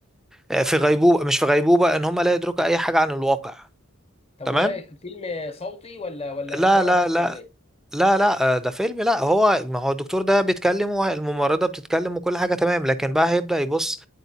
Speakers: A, in the centre; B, on the left (about 30°).
A: آه، في غيبوبة مش في غيبوبة ان هم لا يدركوا اي حاجة عن الواقع
B: طب
A: تمام
B: وده فيلم صوتي ولا ولا
A: لا
B: اشاره
A: لا
B: بس
A: لا
B: ولا ايه
A: لا لا آه، ده فيلم لا هو ما هو الدكتور ده بيتكلم والممرضة بتتكلم وكل حاجة تمام لكن بقى هيبدأ يبص